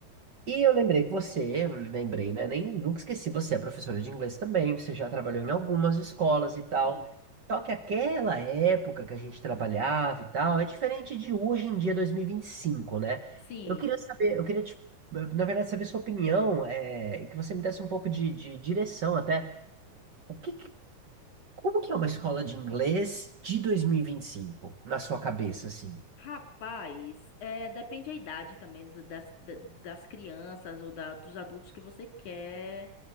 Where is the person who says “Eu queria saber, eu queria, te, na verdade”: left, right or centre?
Right